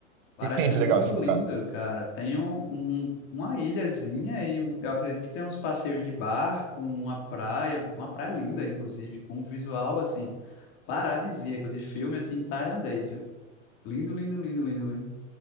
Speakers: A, on the left; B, on the right.
A: parece
B: que que tem
A: ser
B: de
A: muito
B: legal nesse
A: lindo,
B: lugar?
A: cara. Tem um, um- uma ilhazinha e eu acredito que tem uns passeios de barco, uma praia, uma praia linda, inclusive, com um visual, assim, paradisíaco, de filme, assim, tailandês, viu? Lindo, lindo, lindo, lindo, lindo.